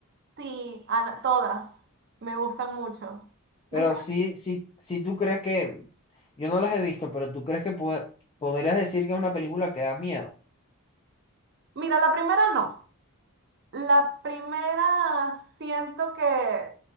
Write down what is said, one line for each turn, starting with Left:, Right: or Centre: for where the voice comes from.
Right: Sí, Ana, todas me gustan mucho.
Left: pero
Right: ¿Viste?
Left: sí, sí, sí tú crees que, yo no las he visto, pero tú crees que puede- podrías decir que es una película que da miedo.
Right: Mira, la primera no. La primera siento que,